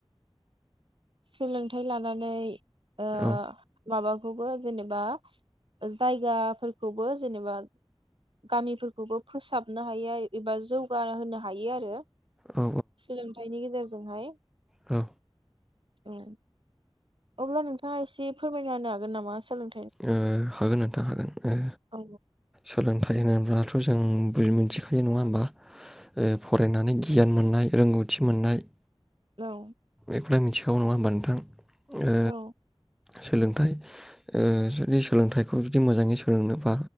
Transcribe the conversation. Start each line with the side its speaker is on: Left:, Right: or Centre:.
Right: सोलोंथाइ लानानै ओ
Centre: औ
Right: माबाखौबो जेनेबा जायगाफोरखौबो जेनेबा गामिफोरखौबो फोसाबनो हायो एबा जौगा‌ होनो हायो आरो
Centre: औ
Right: सोलोंथाइनि गेजेर जोंहाय
Centre: औ
Right: औ अब्ला नोंथाङा एसे फोरमायना होनो हागोन नामा सोलों
Centre: ओ हागोन नोंथा हागोन
Right: औ
Centre: सोलोंथाइ होनोब्लाथ' जों बुजि मिथि खायो नङा
Right: औ
Centre: होमबा ओ फरायनानै गियान मोननाय रोंगौथि मोननाय
Right: औ
Centre: बेखौलाय मिथिखागौ नङा होमबा नोंथां ओ
Right: औ
Centre: सोलोंथाइ ओ जुदि सोलोंथाइखौ जुदि मोजाङै सोलोंनोबा